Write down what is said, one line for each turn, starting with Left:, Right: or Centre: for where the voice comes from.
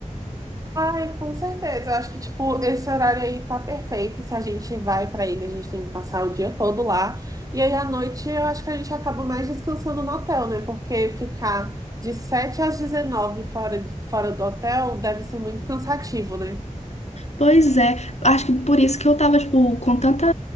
Right: Ai, com certeza. Eu acho que, tipo, esse horário aí tá perfeito. Se a gente vai pra ilha, a gente tem que passar o dia todo lá. E aí, à noite, eu acho que a gente acaba mais descansando no hotel, né? Porque ficar de 7 às 19 fora, fora do hotel deve ser muito cansativo, né?
Left: Pois é, acho que por isso que eu tava, tipo, com tanta,